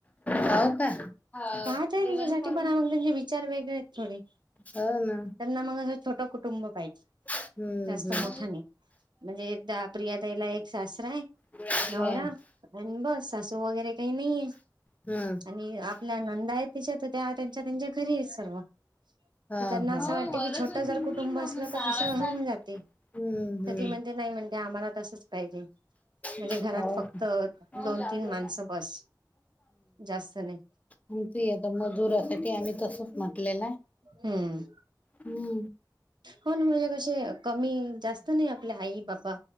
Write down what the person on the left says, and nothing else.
पाव का? हा
जेवण
करून
हो ना
हम्म
हम्म
हो
हा.
हम्म
हा
हा.
हो
वरच
होती
मी
मग
सहा
वाजता
हम्म
हम्म.
हो
हम्म
आ आता मजुरासाठी आम्ही तसच म्हटलेलं. आहे
हम्म.